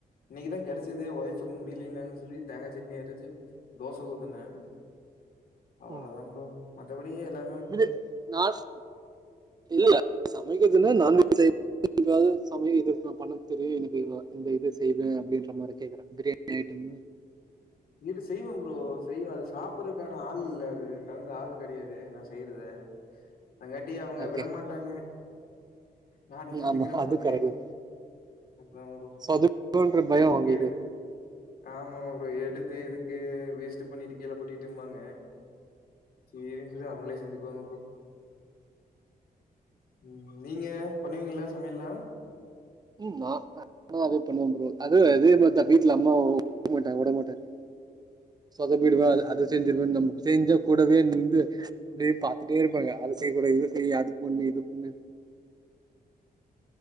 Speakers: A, on the left; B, on the right.
A: இன்னைக்குதா கெடச்சதே ஒய்ஃபுக்கு முடியலன்னாங்க சொல்லி தேங்கா சட்னி அரைச்சு தோச ஊத்துனே ஆ
B: ம்
A: அ ப்ரோ மத்தபடியே எல்லா
B: இது நாஸ் இல்லல சமைக்கதுன்னு நான்வேஜ் செய் ய தெரியாது சமயல் இது ப பண்ண தெரியு எனக்கு இத இந்த இது செய்வே அப்டின்றமாரி கேக்ற பிரியாணி ஐட்டமு
A: இது செய்வே ப்ரோஸ் செய்வ அது சாப்பற்துக்கான ஆள் இல்ல அது தகுந்த ஆள் கெடயாது நா செய்றது அதங்காட்டி அவுங்க
B: ஓகே
A: விட மாட்டாங்க நானே சொல்லிகிறேம்பாங்க
B: ஆமா அது கரெக்ட்
A: அப்றோ ப்ரோ
B: சோ அது பயோ
A: இதுக்கு
B: உங்களுக்கு
A: எடு ஆமா ஆமா ப்ரோ எடுத் இது எதுக்கு வேஸ்ட்டு பண்ணிட்டு கீழ கொட்டிட்டும்பாங்க செரி செரி அவுங்ளே செஞ்சிக்வாங்க ப்ரோ ம் நீங்க பண்ணுவீங்ளா சமையல்லா
B: ம் அ ம நானு அதே பண்ணுவ ப்ரோ அது அதேமார்தா வீட்ல அம்மா ஒத்துக்க மாட்டங் உடமாட்டாங் சொதப்பிடுவே
A: ம்
B: அது அது செஞ்சிருவே நம் செஞ்சா கூடவேநிந்து அப்டே பாத்துட்டே இருப்பாங்க அத செய்க்கூடது இது செய் அது பொண்ணு இது பொண்ணு